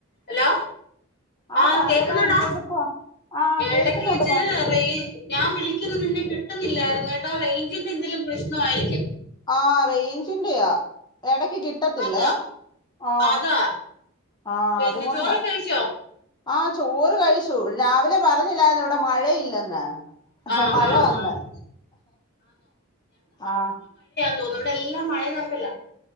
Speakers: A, on the left; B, on the left.
A: Hello
B: ആ
A: ആഹ്
B: പറയടാ
A: കേക്കുന്നോടാ
B: എന്തെടുക്കുവാ ആ കേക്കുന്നുണ്ട്
A: ഇടക്ക് വെച്ച്
B: പ
A: റെയി ഞാൻ വിളിക്കുന്ന നിന്നെ കിട്ടുന്നില്ലായിരുന്നു കേട്ടോ റേഞ്ചിന്റെ എന്തെലും പ്രശ്നമായിരിക്കും
B: ആ റേഞ്ചിന്റെയാ ഇട ക്ക് കിട്ടത്തില്ലേ
A: അതാ
B: ആ
A: അതാ
B: ആ
A: പിന്നെ
B: അതുകൊണ്ടാ
A: ചോറൊക്കെ കഴിച്ചോ
B: ആഹ് ചോറ് കഴിച്ചു രാവിലെ പറഞ്ഞില്ലായിരുന്നോ ഇവിടെ മഴയില്ലെന്ന്
A: ആഹ്
B: മഴ
A: ആഹ്
B: വന്ന്
A: ആഹ്
B: ആഹ്
A: തോന്നു ഇവിടെ എല്ലാം മഴ ചാറ്റലാ